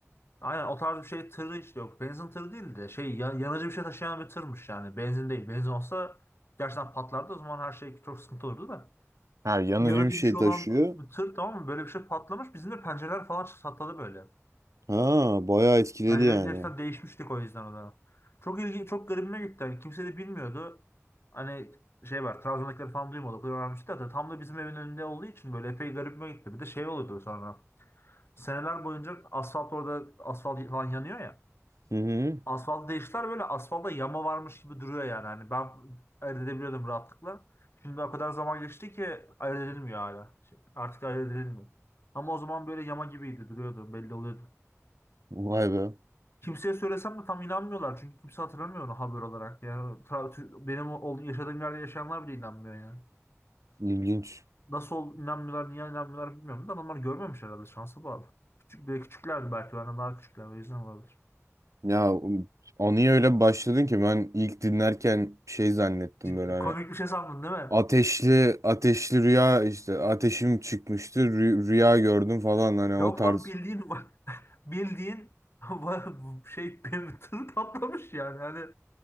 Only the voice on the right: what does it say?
Ha yanıcı
bir şey
taşıyor.
Ha bayağı etkiledi
yani.
Hı hı.
Vay be.
İlginç.
Ya anıya öyle başladın ki ben ilk dinlerken şey zannettim
böyle hani
Ateşli ateşli rüya işte ateşim çıkmıştı rü- rüya gördüm falan hani o
tarz.